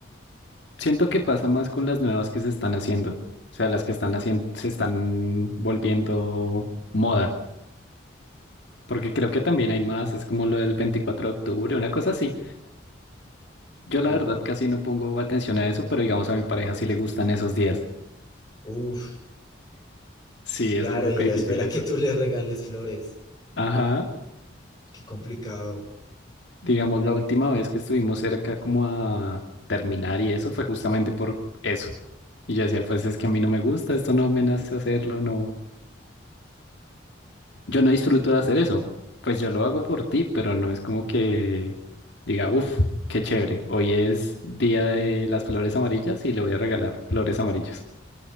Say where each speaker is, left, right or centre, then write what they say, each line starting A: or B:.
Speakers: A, on the left; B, on the left.
A: Siento que pasa más con las nuevas que se están haciendo. O sea, las que están haciendo, se están volviendo moda. Porque creo que también hay más, es como lo del 24 de octubre, una cosa así. Yo la
B: Wow.
A: verdad casi no pongo atención a eso, pero digamos a mi pareja sí le gustan esos días.
B: Uf,
A: Sí,
B: claro,
A: es un poco
B: y ella
A: difícil
B: espera
A: eso.
B: que tú le regales flores.
A: Ajá.
B: Qué complicado.
A: Digamos, la última vez que estuvimos cerca como a terminar y eso fue justamente por eso. Y yo decía, pues es que a mí no me gusta, esto no me nace hacerlo, no. Yo no disfruto de hacer eso. Pues yo lo hago por ti, pero no es como que diga, uff, qué chévere. Hoy es día de las flores amarillas y le voy a regalar flores amarillas.